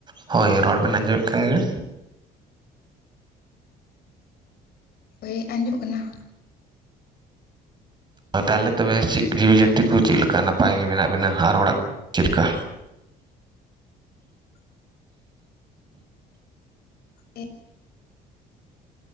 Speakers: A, on the right; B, on the left.
A: ᱦᱳᱭ ᱨᱚᱲ ᱵᱮᱱ ᱟᱸᱡᱚᱢᱮᱫ ᱠᱷᱟᱭ ᱜᱮ᱾
B: ᱦᱳᱭ ᱟᱸᱡᱚᱢᱚᱜ ᱠᱟᱱᱟ᱾
A: ᱛᱟᱦᱚᱞᱮ ᱛᱚᱵᱮ ᱪᱮᱫ ᱡᱤᱣᱤ ᱡᱟᱹᱛᱤ ᱠᱚ ᱪᱮᱫ ᱞᱮᱠᱟ ᱱᱟᱯᱟᱭ ᱜᱮ ᱢᱮᱱᱟᱜ ᱵᱤᱱᱟ ᱟᱨ ᱦᱚᱲᱟᱜ ᱪᱮᱫᱠᱟ
B: <inaudible> <inaudible> <inaudible>